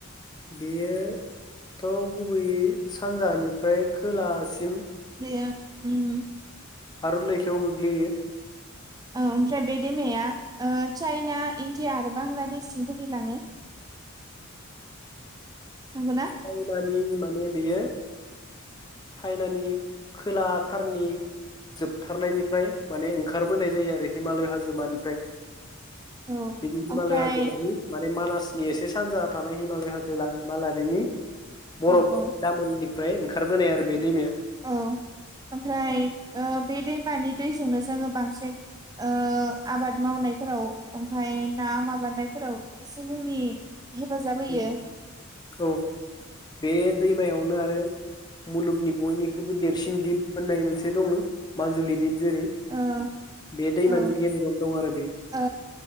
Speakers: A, on the left (about 20°); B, on the right (about 20°).
A: बेयो थ' गुबैयै सानजाहानिफ्राय खोलाहासिम
B: बेयो उम औ
A: भारत लैथोआव गोग्लैयो
B: ओमफ्राय बे दैमाया ओ चाइना इण्डिया आरो बांलादेशसिम बोहैलाङो। नंगौना
A: चायनानि माने बेयो चाइनानि खोलाथारनि जोबथारनायनिफ्राय माने ओंखारबोनाय जायो आरो हिमालय हाजोमानिफ्राय।
B: औ
A: बिनि हिमालय
B: ओमफ्राय
A: हाजोमानि माने मानास नेयोस एसे सानजाहा थाबाय हिमालय हाजो ला माला बेनि बरफ
B: औ औ
A: दामोलनि ओमफ्राय ओंखारबोनाय आरो बे दैमाया।
B: औ ओमफ्राय ओ बे दैमानि दैजोंनो जोङो बांसिन ओ आबाद मावनायफोराव ओमफाय थाङा माबानायफोराव एस जोंनि हेफाजाब होयो
A: औ औ बे दैमायावनो आरो मुलुगनि बयनिख्रुइबो देरसिन दिप होननाय मोनसे दङ माजुलि दीप जेरै
B: ओ
A: बे दैमानि
B: औ
A: गेजेरावनो दं आरो बे
B: ओ